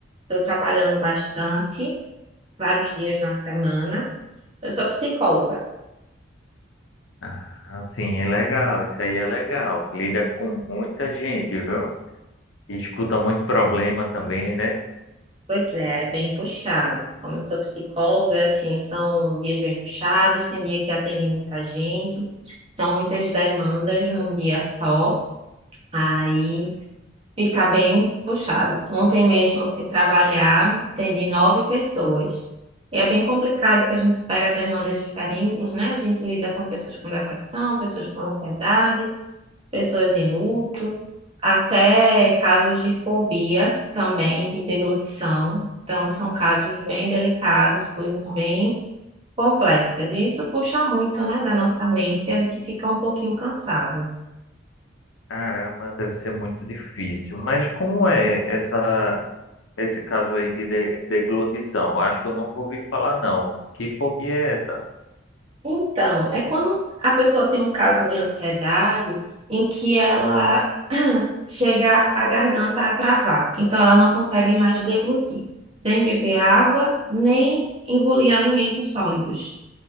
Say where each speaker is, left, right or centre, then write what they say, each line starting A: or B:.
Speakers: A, on the right; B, on the left.
A: tô trabalhando bastante, vários dias na semana. Eu sou psicóloga.
B: Ah, sim, é legal, isso aí é legal. Lida com muita gente, viu? E escuta muito problema também, né?
A: Pois é, é bem puxado. Como eu sou psicóloga, assim, são dias bem puxados, tem dia que atende muita gente, são muitas demandas num dia só. Aí Fica bem puxado. Ontem mesmo eu fui trabalhar, atendi nove pessoas. E é bem complicado porque a gente pega demandas diferentes, né? A gente lida com pessoas com depressão, pessoas com ansiedade, pessoas em luto, até casos de fobia também, de deglutição. Então, são casos bem delicados, coisas bem complexas. E isso puxa muito, né, da nossa mente e a gente fica um pouquinho cansada.
B: Caramba, deve ser muito difícil. Mas como é essa, esse caso aí de de- deglutição? Eu acho que eu nunca ouvi falar, não. Que fobia é essa?
A: Então, é quando a pessoa tem um caso de ansiedade em que ela <clears throat> chega a garganta a travar. Então, ela não consegue mais deglutir, nem beber água, nem engolir alimentos sólidos.